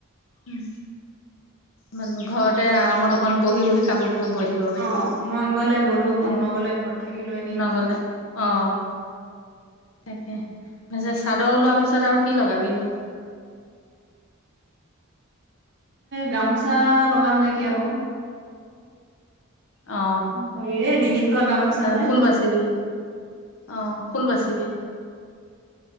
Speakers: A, on the left (about 65°); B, on the right (about 55°).
A: উম। মানে, ঘৰতে আৰামত অকণ, বহি-বহি কাপোৰ কেইখন বৈ থাকিব পাৰিবি
B: অ', মন গ'লে বলোঁ। মন
A: এ
B: নগ'লে ঘৰত থাকিলোঁ এনেই
A: নগলে অ', তাকে মেছেজ চাদৰ ওলোৱাৰ পিছত, আৰু কি লগাবি নো?
B: গামোচা লগাম নেকি আকৌ?
A: অ
B: হেৰিৰে ডিঙিত পোৱা গামোচা যে
A: ফুল বাচিবি অ ফুল বাচিবি